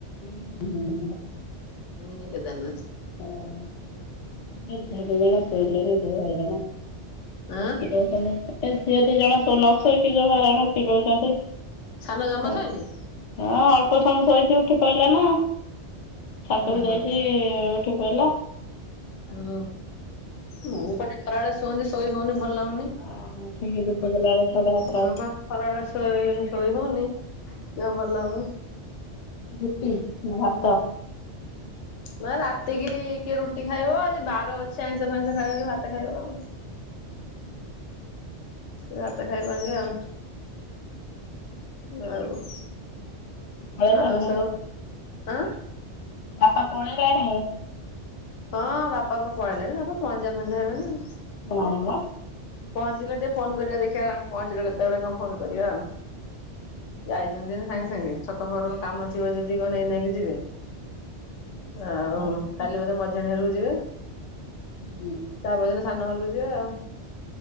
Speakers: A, on the left; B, on the left.
A: ଉଁ ହୁଁ ହୁଁ।
B: ମିନି କେଦାରନାଥ।
A: ହଁ <inaudible>
B: ଆଁ
A: ଚିଡଉଛନ୍ତି ଏ ଝିଅ ଦି ଜଣ ନ ଶୋଇକି ଯୋଉ ହଇରାଣ ଚିଡଉଛନ୍ତି
B: ସାନ ଜମା
A: ହଁ
B: ସୋଇନି?
A: ହଁ ଅଳ୍ପ ସମୟ ଶୋଇକି ଉଠି ପଇଲା ନା ଛାତ
B: ଓହୋ।
A: କୁ ଯାଇଛି ଉଠିପଇଲା
B: ହୁଁ ମୁଁ ପା ଖେତ୍ରାବେଳେ ଶୁଅନ୍ତି ଶୋଇ ହଉନି ଭଲ ଲାଗୁନି।
A: ଓହୋ ଠିକ ଧୂପ ଦେଲା ବେଳକୁ ଛୁଅଟା ସା
B: ହଁ ବା ଖରା ବେଳେ ଶୋଇ ଶୋଇ ହଉନି ଯମା ଭଲ ଲାଗୁନି।
A: ରୁଟି ନା
B: ହୁଁ।
A: ଭାତ?
B: ନା ରାତିକି କିଏ ରୁଟି ଖାଇବ ଆଜି ବାର ଅଛି ଆଇଁଷ ଫାଇଁସ ଖାଇବ କିଏ ଭାତ ଖାଇବ ଆଉ।
A: ହୁଁ
B: କିଏ ଭାତ ଖାଇବା ଆଜି ଆଉ ଆଉ
A: ପଳେଇଲାଣି
B: ଆଉ
A: ନା
B: ସବୁ
A: କଣ?
B: ଆଁ
A: ବାପା ପଳେଇଲାଣି?
B: ହଁ ବାପା ପା ପଳେଇଲେନି ବାପା ପହଂଚିବା ପହଂଚିବା ହେବେଣି ଆଉ।
A: ହଁ ବା
B: ପହଞ୍ଚିଲେ ଟିକେ ଫୋନ କରିବା ଦେଖିବା ପହଞ୍ଚିଲେ କେତେବେଳେ କଣ ଫୋନ କରିବା ଆଉ ଯାଇ ଯାଇଁ ଥିବେ ସାଙ୍ଗେ ସାଙ୍ଗେ ଛକ ଫକ ରେ କଣ କାମ ଥିବ ଯଦି କଣ ନେଇ ନାଇକି ଯିବେ ଆଉ
A: ଘରକୁ
B: କାଲି ବୋଧେ ମଝିଆଣି ହରକୁ ଯିବେ?
A: ହୁଁ।
B: ତା ପର ଦିନ ସାନ ଘରକୁ ଯିବେ ଆଉ।